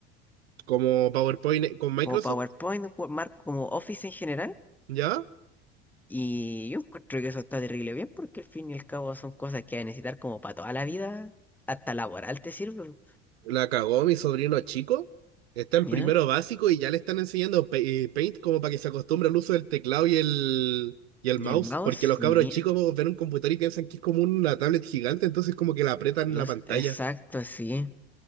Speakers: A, on the right (about 65°); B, in the centre.
A: Como PowerPoint con Microsoft,
B: como PowerPoint, Word- Mark, como Office en general.
A: ¿ya?
B: Y yo encuentro que eso está terrible bien porque al fin y al cabo son cosas que vas a necesitar como para toda la vida, hasta laboral te sirve.
A: La cagó mi sobrino chico. Está en
B: ¿Ya?
A: primero básico y ya le están enseñando pa- eh, Paint como para que se acostumbre al uso del teclado y el, y el
B: Y
A: mouse.
B: el mouse,
A: Porque los cabros
B: mira,
A: chicos ven un computador y piensan que es como una tablet gigante, entonces como que la apretan
B: los
A: en la pantalla.
B: exacto sí.